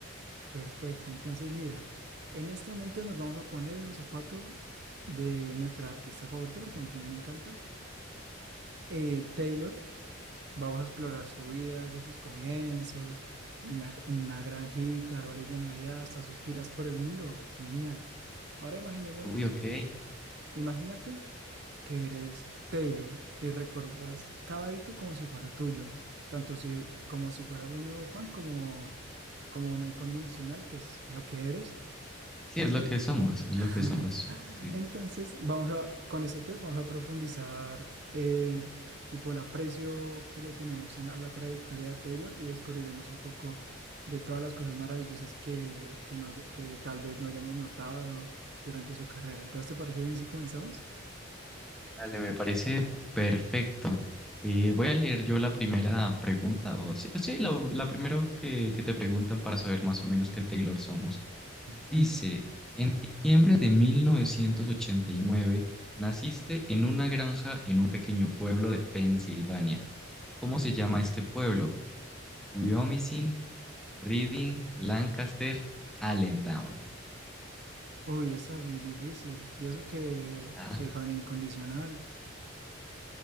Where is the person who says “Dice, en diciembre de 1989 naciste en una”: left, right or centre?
Centre